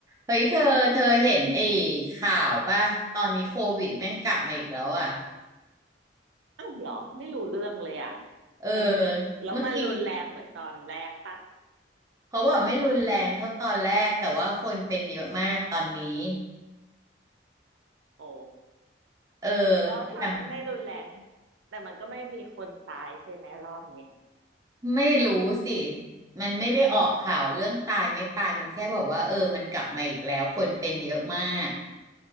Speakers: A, on the right; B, on the right.
A: เฮ้ยเธอเธอเห็นไอ้ข่าวป่ะตอนนี้โควิดแม่งกลับมาอีกแล้วอ่ะ
B: อ้าวเหรอไม่รู้เรื่องเลยอ่ะ
A: เออ
B: มันแล้วมันรุนแรงเหมือนตอนแรกปะ
A: เมื่อกี้เขาบอกไม่รุนแรงเท่าตอนแรกแต่ว่าคนเป็นเยอะมากตอนนี้
B: โอ้
A: เออ
B: แล้วถ้ามันไม่รุนแรง
A: อย่าง
B: แต่มันก็ไม่มีคนตายใช่ไหมรอบเนี้ย
A: ไม่รู้สิมันไม่ได้ออกข่าวเรื่องตายไม่ตายมันแค่บอกว่าเออมันกลับมาอีกแล้วคนเป็นเยอะมาก